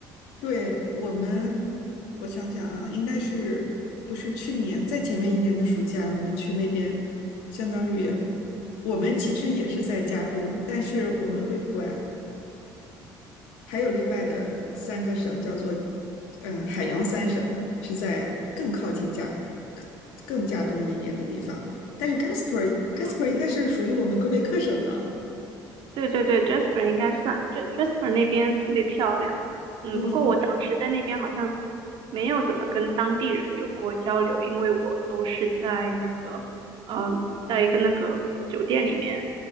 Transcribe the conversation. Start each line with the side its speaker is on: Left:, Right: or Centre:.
Left: 对，我们，我想想啊，应该是不是去年，在前面一年的暑假，我们去那边，相当于我们其实也是在加东，但是我们会管还有另外的三个省，叫做嗯、呃海洋三省，是在更靠近加更加东一边的地方。但是 Casper Casper
Right: 嗯
Left: 应该嗯是属于我们魁北克省的，
Right: 对对对，Jasper 应该算，对 Jasper 那边特别漂亮。嗯，
Left: 嗯，
Right: 不过我当时在那边好像没有怎么跟当地人有过交流，因为我都是在那个，嗯、在一个那个酒店里面